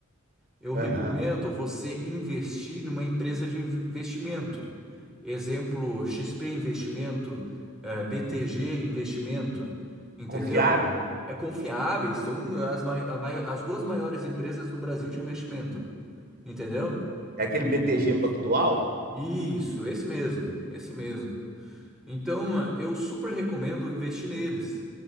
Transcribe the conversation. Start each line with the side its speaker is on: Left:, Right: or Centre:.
Centre: Eu
Right: Aham.
Centre: recomendo você investir numa empresa de investimento. Exemplo, XP Investimento, eh, BTG Investimento, entendeu?
Right: Confiável?
Centre: É confiáveis, são as, mai- a mai- as duas maiores empresas do Brasil de investimento, entendeu?
Right: É aquele BTG Pactual?
Centre: Isso, esse mesmo, esse mesmo. Então, ah, eu super recomendo investir neles,